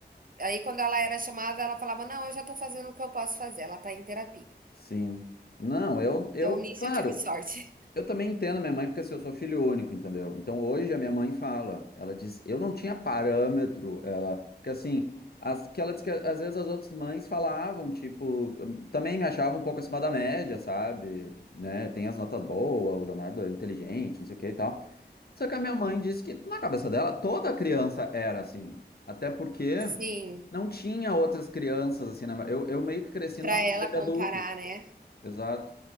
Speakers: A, on the right; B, on the left.
A: Aí quando ela era chamada, ela falava: "Não, eu já tô fazendo o que eu posso fazer, ela tá em terapia".
B: Sim. Não, eu, eu,
A: Então nisso
B: claro,
A: eu tive sorte.
B: eu também entendo a minha mãe porque assim, eu sou filho único, entendeu? Então hoje a minha mãe fala, ela diz, eu não tinha parâmetro, ela, porque assim, as, que ela diz que às vezes as outras mães falavam, tipo, também me achavam um pouco acima da média, sabe? Né? Tem as notas boas, o Leonardo é inteligente, não sei o que e tal. Só que a minha mãe disse que na cabeça dela toda criança era assim, até porque
A: <laughs> Sim,
B: Não tinha outras crianças, assim, na... eu, eu meio que cresci
A: pra
B: numa família
A: ela comparar,
B: de adulto,
A: né.
B: exato.